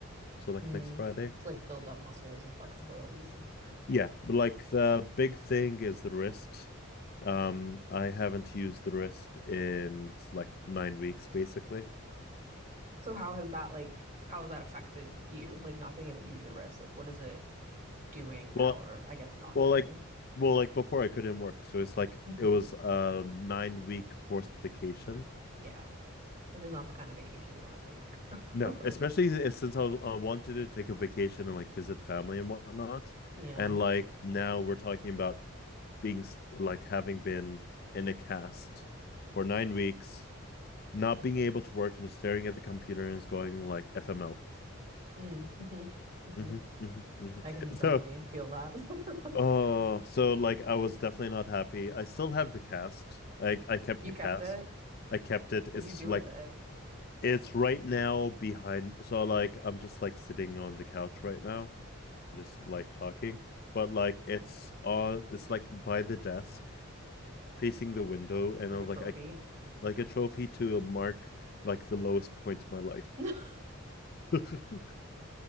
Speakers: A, on the left; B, on the right.
A: so like
B: Mm.
A: next Friday.
B: To like build up muscles and flexibility some more.
A: Yeah, but like the big thing is the wrist. Um, I haven't used the wrist in like nine weeks, basically.
B: So how has that like how has that affected you? Like not being able to use your wrist? Like what is it doing now
A: Well,
B: or I guess not
A: well,
B: doing?
A: like, well, like before I couldn't work, so it's like
B: Mm-hmm.
A: it was a nine week forced vacation.
B: Yeah. Which is not the kind of vacation you want to take.
A: No,
B: <laughs>
A: especially s- since I was I wanted to take a vacation and like visit family and whatnot,
B: Yeah.
A: and like now we're talking about being st- like having been in a cast for nine weeks not being able to work and just staring at the computer and it's going like FML.
B: Mm, hmm hmm
A: hmm hmm hmm
B: I can
A: <laughs> So,
B: definitely feel that. <laughs>
A: oh, so like I was definitely not happy. I still have the cast. Like I kept
B: You
A: the
B: kept
A: cast.
B: it.
A: I kept it.
B: What'd
A: It's
B: you do
A: like
B: with it?
A: it's right now behind. So like I'm just like sitting on the couch right now, just like talking. But like it's on. It's like by the desk, facing the window, and
B: Like
A: I was
B: a trophy.
A: like, I like a trophy to mark like the lowest point of my life.
B: <laughs>
A: <laughs>